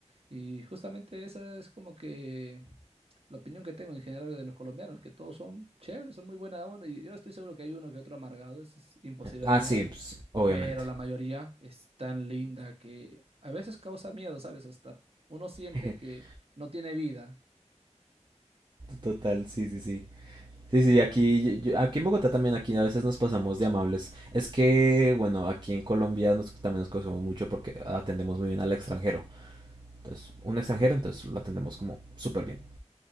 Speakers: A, on the right (about 55°); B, on the right (about 40°).
A: Y justamente esa es como que la opinión que tengo en general de los colombianos, que todos son chéveres, son muy buena onda, y yo estoy seguro que hay uno que otro amargado, eso es imposible
B: Ah,
A: de negar,
B: sí, pues, obviamente.
A: pero la mayoría es tan linda que a veces causa miedo, ¿sabes? Hasta uno siente
B: <laughs>
A: que no tiene vida.
B: Total, sí, sí, sí. Sí, sí, aquí, yo- aquí en Bogotá también, aquí a veces nos pasamos de amables. Es que, bueno, aquí en Colombia nos, también nos conocemos mucho porque atendemos muy bien al extranjero. Entonces, un extranjero, entonces lo atendemos como súper bien.